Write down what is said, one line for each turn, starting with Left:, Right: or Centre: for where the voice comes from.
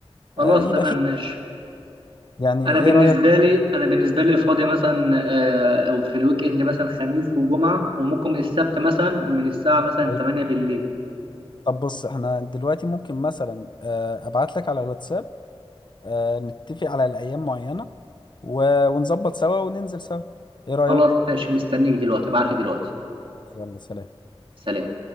Right: خلاص
Left: آه يبقى
Right: تمام
Left: فيه
Right: ماشي
Left: يعني
Right: انا
Left: ايه
Right: بالنسبه
Left: رايك
Right: لي انا بالنسبه لي فاضي مثلا آه، في الويك اند مثلا خميس وجمعه وممكن السبت مثلا من الساعه مثلا
Left: طيب.
Right: 8 بالليل
Left: طب بص احنا دلوقتي ممكن مثلا آه، ابعت لك على الواتساب آه، نتفق على الايام معينة و- ونظبط سوا وننزل سوا ايه رأيك
Right: خلاص ماشي مستنيك دلوقتي ابعت لي دلوقتي
Left: يلا سلام
Right: سلام